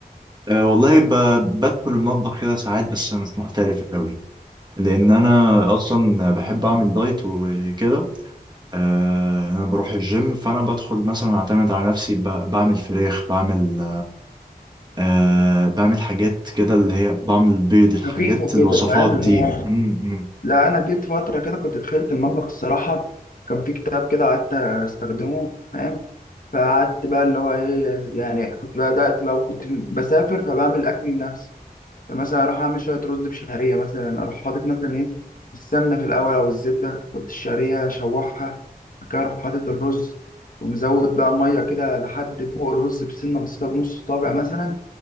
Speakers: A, on the right (about 25°); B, on the left (about 60°).
A: آه والله ب- بدخل المطبخ كده ساعات بس مش محترف قوي لان انا اصلا بحب اعمل دايت وكده آه انا بروح الجيم فانا بدخل مثلا اعتمد على نفسي ب- بعمل فراخ بعمل أه بعمل حاجات كده اللي هي بعمل بيض الحاجات
B: خفيفه
A: الوصفات
B: كده فاهم اللي
A: دي
B: هو
A: امم
B: لا انا جيت فتره كده كنت دخلت المطبخ الصراحه كان في كتاب كده قعدت استخدمه فاهم فقعدت بقى اللي هو ايه يعني كنت بدات بقى وكنت بسافر فبعمل اكل لنفسي يعني مثلا اروح اعمل شويه رز بشعريه مثلا اروح حاطط مثلا ايه السمنه في الاول او الزبده احط الشعريه اشوحها بعد كده اروح حاطط الرز ومزود بقى ميه كده لحد فوق الرز بسنه بسيطه بنص صابع مثلا